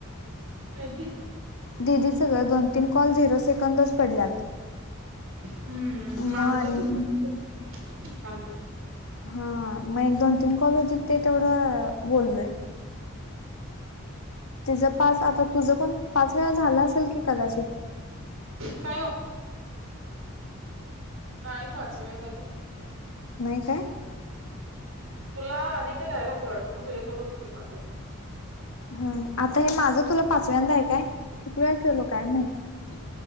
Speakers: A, on the right (about 70°); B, on the left (about 80°).
A: काय ते
B: दिदीच ग दोन तीन कॉल झिरो सेकंदच पडल्यात
A: हम्म.
B: मग
A: माझ
B: आणि
A: पण काल
B: हा म एक दोन तीन कॉल होतीत ते तेवढं बोललोय. तिच पाच, आता तुझं पण पाच वेळा झाल असेल की कदाचित?
A: काय वो नाही पाच वेळा झालं.
B: नाही काय?
A: हम. तुला आणि एकदा कराय लागतय वाटतं मग तुझ्यासोबत होतय माझं.
B: हा. आता हे माझं तुला पाचव्यांदा आहे काय? किती वेळा केलो काय माहीत.